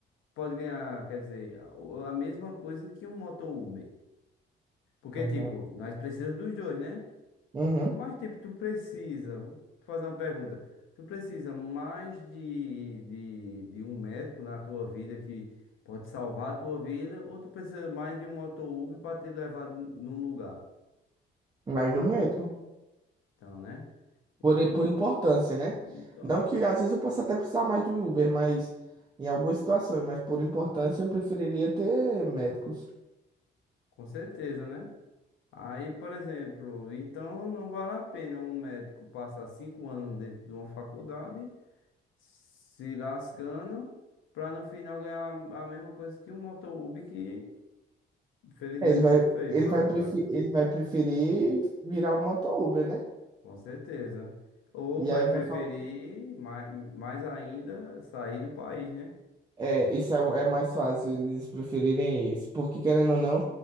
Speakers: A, on the left; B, on the right.
A: pode ganhar, quer dizer, a a mesma coisa que um motor Uber? Porque,
B: Uhum.
A: tipo, nós precisamos dos dois, né?
B: Uhum.
A: Mas, tipo, tu precisa. Vou fazer uma pergunta. Tu precisa mais de, de, de um médico na tua vida que pode salvar a tua vida, ou tu precisa mais de um moto-Uber para te levar n- num lugar?
B: Mas do metro.
A: Então, né?
B: Por,
A: Então, não,
B: por importância, né?
A: então,
B: Não
A: né?
B: que às vezes eu possa até precisar mais do Uber, mas em algumas situações, mas por importância eu preferiria ter médicos.
A: Com certeza, né? Aí, por exemplo, então não vale a pena um médico passar cinco anos dentro de uma faculdade se lascando pra no final ganhar a a mesma coisa que o Motolub que infelizmente
B: É, Ele vai,
A: não fez
B: ele
A: faculdade,
B: vai, preferir, ele vai preferir virar um moto Uber, né?
A: com certeza. Ou
B: E
A: vai
B: aí
A: preferir
B: vai faltar.
A: mais, mais ainda sair do país, né?
B: É, isso é, o- é mais fácil eles preferirem isso. Porque querendo ou não,